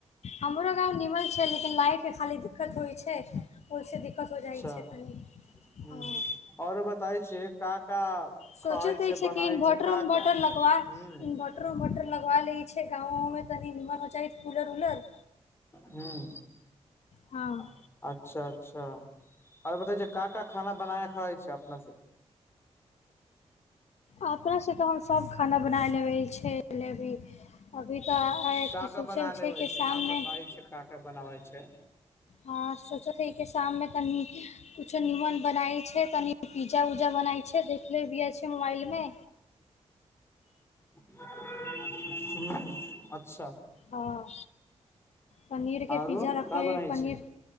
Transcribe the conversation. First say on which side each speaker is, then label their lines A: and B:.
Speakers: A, on the left; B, on the left.
A: हमरो गाँव निमन छै लेकिन लाइट के खाली दिक्कत होइ छै। ओइसँ दिककत होय्
B: अच्छा।
A: छै। तनी
B: हं-
A: हँ
B: औरो बताय छी का -का
A: सोचैत
B: खाइ
A: अइछि
B: छै बनाै
A: कि इन्वर्टर
B: छै का
A: -उन्वर्टर
B: का
A: लगवा
B: ह
A: इन्वर्टर उन्वर्टर लगवा लेइ छै गाँंवो में तनी निमन हो जाइत कूलर -उलर
B: हुं।
A: हँ।
B: अच्छा -अच्छा, और बतेयो जे का -का खाना बनाया खाइ छै अपना स?
A: अपनासँ तऽ हम सभ खाना बनाय लेबै। छैल लेबय। अभी तऽ अथी
B: का का
A: सोचल
B: बना लेबै
A: कि
B: छै?
A: शाममे
B: नाम बताइ छै का -का बनाबै छै।
A: हँ सोचैत छैै कि शाममे तनी कुछो निमन बनाय छै, कनि पिज्जा उजा बनाय छै, देखले भी छै, मोबाइल में।
B: हुं। अच्छा।
A: हँ। पनीर के
B: आरो
A: पिज्जा रखै
B: का
A: ह
B: बनाय
A: पनीर
B: छै